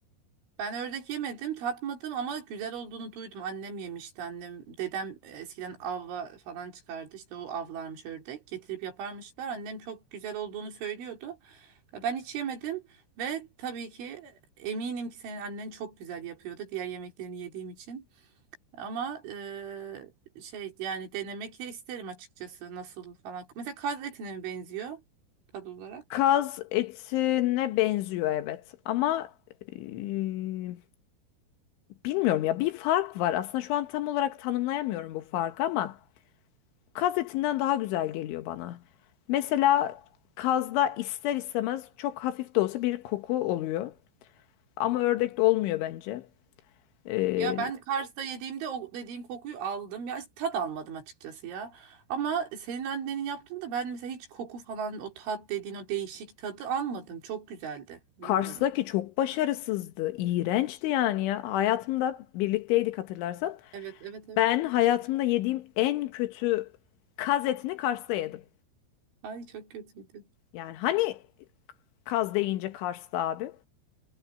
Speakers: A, on the right; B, on the left.
A: Ben ördek yemedim, tatmadım ama güzel olduğunu duydum. Annem yemişti. Annem, dedem e, eskiden avla falan çıkardı. İşte o avlarmış ördek. Getirip yaparmışlar. Annem çok güzel olduğunu söylüyordu. E, Ben hiç yemedim ve tabii ki e, eminim ki senin annen çok güzel yapıyordu diğer yemeklerini yediğim için. Ama e, şey yani denemek de isterim açıkçası nasıl falan. Mesela kaz etine mi benziyor tadı olarak?
B: Kaz etine benziyor evet ama eee, bilmiyorum ya bir fark var. Aslında şu an tam olarak tanımlayamıyorum bu farkı ama kaz etinden daha güzel geliyor bana. Mesela kazda ister istemez çok hafif de olsa bir koku oluyor ama ördekte olmuyor bence. Eee
A: Ya ben Kars'ta yediğimde o dediğin kokuyu aldım. Ya tat almadım açıkçası ya. Ama senin annenin yaptığında ben mesela hiç koku falan o tat dediğin o değişik tadı almadım. Çok güzeldi. Bilmiyorum.
B: Kars'taki çok başarısızdı, iğrençti yani ya. Hayatımda birlikteydik hatırlarsan.
A: Evet evet evet.
B: Ben hayatımda yediğim en kötü kaz etini Kars'ta yedim.
A: Ay çok kötüydü.
B: Yani hani Kaz deyince Kars'ta abi?